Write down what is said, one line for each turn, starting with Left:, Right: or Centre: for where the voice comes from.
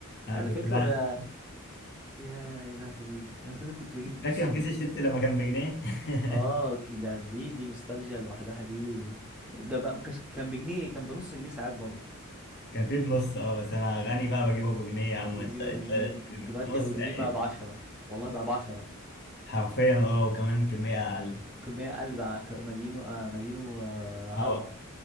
Left: انا
Centre: على
Left: كنت
Centre: فكرة
Left: بعشق
Centre: ده يا يا لهوي انا فاكر كنت بجيب
Left: فاكر
Centre: بص
Left: كيس الشيبسي لما كان بجنيه <laughs>
Centre: اه كده دي دي نوستالجيا لوحدها دي ده بقى ما كانش- كان بجنيه كان بنص جنيه ساعات برضو
Left: كان فيه بنص اه بس انا غني بقى بجيبه بجنيه يا عم
Centre: كنت بجيب
Left: انت انت
Centre: ابو جنيه
Left: بتجيبه
Centre: دلوقتي
Left: بنص
Centre: ابو جنيه
Left: يعني
Centre: بقى ب 10 والله بقى ب 10
Left: حرفيا اه وكمان كميه اقل
Centre: ممكن 100 قل بقى ك- مليون و- آه مليون وهوا
Left: هوا